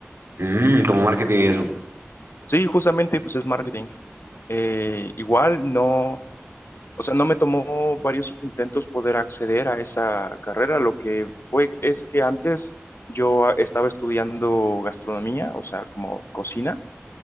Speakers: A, on the right (about 65°); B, on the left (about 60°).
A: Mm, como marketing y eso.
B: Sí, justamente, pues es marketing. Eh, igual, no... O sea, no me tomó varios intentos poder acceder a esta carrera. Lo que fue es que antes yo estaba estudiando gastronomía, o sea, como cocina.